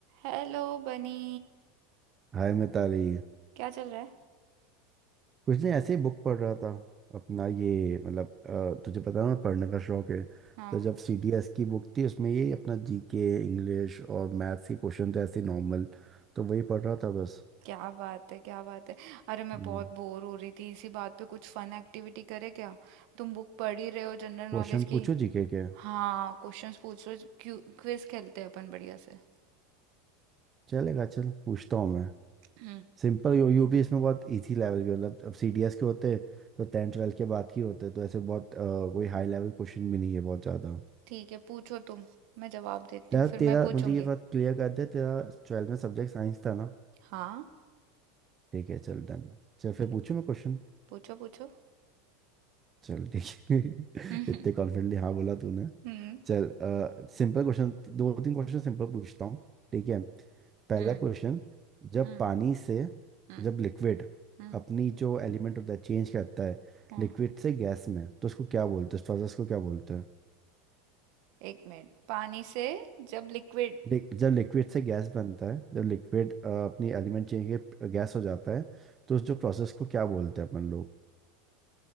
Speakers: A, on the right; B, on the right.
A: Hello Bunny
B: हाय मिताली
A: क्या चल रहा है
B: कुछ नहीं ऐसे ही बुक पढ़ रहा था अपना ये मतलब अ, तुझे पता है ना पढ़ने का शौक है
A: हाँ
B: तो जब सीडीएस की बुक थी उसमें ये अपना जीके इंग्लिश और मैथ्स के क्वेश्चन थे ऐसे नॉर्मल तो वही पढ़ रहा था बस
A: क्या बात है क्या बात है अरे मैं
B: हम्म,
A: बहुत बोर हो रही थी इसी बात पे कुछ फन एक्टिविटी करे क्या तुम बुक पढ़ ही रहे हो जनरल नॉलेज
B: क्वेश्चन
A: की
B: पूछो जीके के के?
A: हाँ क्वेश्चंस पूछो क्विज खेलते हैं अपन बढ़िया से
B: चलेगा चल पूछता हूँ मैं
A: हम्म
B: सिंपल यू यू भी इसमें बहुत इजी लेवल के मतलब अब सीडीएस के होते तो टेंथ ट्वेल्थ के बाद के होते तो ऐसे बहुत अ, कोई हाई लेवल क्वेश्चन भी नहीं है बहुत ज़्यादा
A: ठीक है पूछो तुम मैं जवाब देती
B: तेरा
A: हूँ फिर
B: तेरा
A: मैं पूछूंगी
B: मुझे ये बात क्लियर कर दे तेरा ट्वेल्थ में सब्जेक्ट साइंस था ना
A: हाँ
B: ठीक है चल डन चल फिर
A: ठीक
B: पूछूं मैं क्वेश्चन
A: पूछो पूछो
B: चल ठीक है
A: हम्म
B: <laughs> इतने कॉन्फिडेंटली हाँ बोला तूने
A: हम्म
B: चल सिंपल क्वेश्चन दो तीन क्वेश्चन सिंपल पूछता हूँ ठीक है पहला
A: हम्म
B: क्वेश्चन जब
A: हम्म
B: पानी से
A: हम्म
B: जब लिक्विड
A: हम्म,
B: अपनी जो एलिमेंट होता है चेंज करता है
A: हाँ
B: लिक्विड से गैस में तो उसको क्या बोलते हैं इस प्रोसेस को क्या बोलते हैं
A: एक मिनट पानी से जब लिक्विड
B: लिक- जब लिक्विड से गैस बनता है जब लिक्विड अपनी एलिमेंट चेंज के गैस हो जाता है तो उस जो प्रोसेस को क्या बोलते हैं अपन लोग